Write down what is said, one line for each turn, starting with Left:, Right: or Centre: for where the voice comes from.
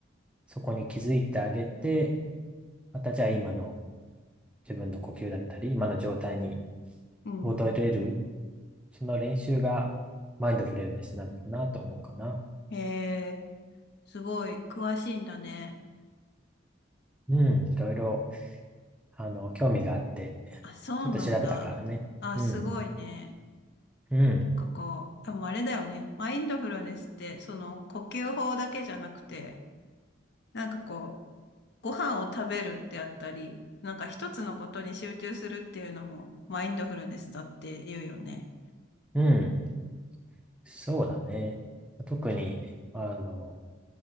Centre: そこに気づいてあげて、またじゃあ今の自分の呼吸だったり、今の状態に
Left: うん。
Centre: 戻れる、その練習がマインドフルネスなのかなと思うかな。
Left: へえ、すごい詳しいんだね。
Centre: うん、いろいろ、あの、興味があって、
Left: あ、そうなんだ。
Centre: ちょっと調べたからね。
Left: あ、
Centre: うん、
Left: すごいね。
Centre: うん、
Left: なんかこう、でもあれだよね。マインドフルネスって、その呼吸法だけじゃなくて、なんかこう、ご飯を食べるってあったり、なんか一つのことに集中するっていうのもマインドフルネスだって言うよね。
Centre: うん、そうだね。特に、あの、